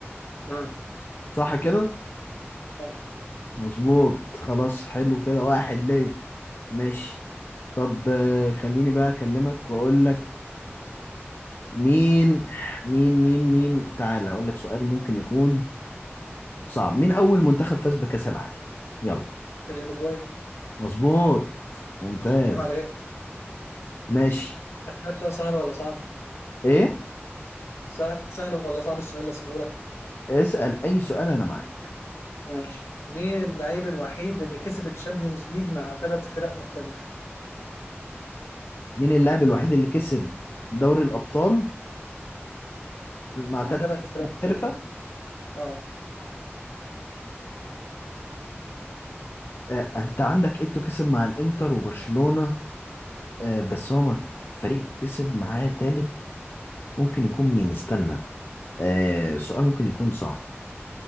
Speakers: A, on the left; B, on the left.
A: اه
B: صح كده؟
A: صح
B: مظبوط خلاص حلو كده واحد ليا ماشي طب آه، خليني بقى أكلمك وأقول لك مين مين مين مين تعالى أقول لك سؤال ممكن يكون صعب مين أول منتخب فاز بكأس العالم؟ يلا
A: الاوروجواي
B: مظبوط ممتاز
A: عيب عليك
B: ماشي
A: اسالك سؤال سهل ولا صعب
B: ايه
A: سهل سهل ولا صعب السؤال اللي اساله لك
B: اسأل اي سؤال انا معاك
A: ماشي مين اللعيب الوحيد اللي كسب الشامبيونز ليج مع ثلاث فرق مختلفه
B: مين اللاعب الوحيد اللي كسب دوري الابطال في- مع
A: مع
B: ثلاث
A: ثلاث
B: فرق
A: فرق
B: مختلفة
A: مختلفه اه
B: آه انت عندك ايتو كسب مع الانتر وبرشلونة آه بس هو مر- فريق كسب معاه ثالث ممكن يكون مين استنى آه سؤال ممكن يكون صعب